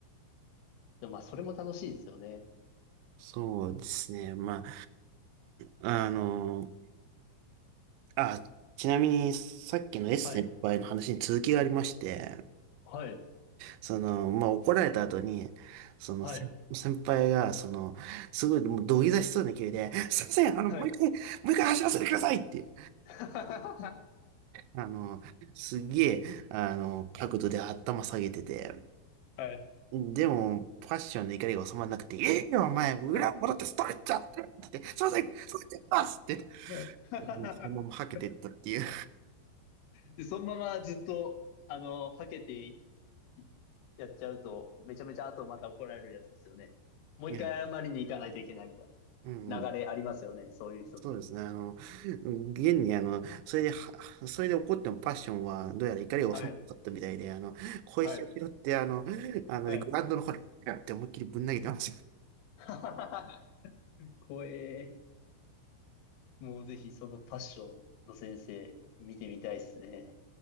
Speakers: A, on the left (about 75°); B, on the right (about 90°).
A: でもまあそれも楽しいですよね。
B: そうですね。まあ、あの、あ、ちなみに、さっきの S
A: はい、
B: 先輩の話に続きがありまして、
A: はい、
B: その、まあ、怒られた後に、その、
A: はい、
B: 先先輩が、その、すごい、もう土下座しそうな勢いで、すいません、あの、
A: はい。
B: もう一回、もう一回走らせてくださいって、
A: <laughs> は
B: あの、すっげえ、あの、角度で頭下げてて、
A: い、
B: でも、パッションの怒りが収まらなくて、いいよ、お前、裏を戻ってストレッチャーって言って、
A: <laughs> はい。
B: すいません、ストレッチャーますって
A: <laughs>
B: あのそのままはけてったっていう。
A: で、そのままずっと、あの、はけていっやっちゃうと、めちゃめちゃ後また怒られるやつですよね。もう一回謝りに行かないといけないみたい
B: <laughs> いや、うん、
A: な流れありますよね、そういう人って。
B: そうですね。あの、現に、あの、それでは、それで怒ってもパッションは、どうやら怒りが収まらなかったみたいで、
A: はい、
B: あの、小石を拾って、
A: はい、
B: あの、あの、
A: はい。
B: グラウンドの方に、ピュンって思いっきりぶん投げてました。
A: <laughs> 怖え。もうぜひそのパッションの先生見てみたいですね。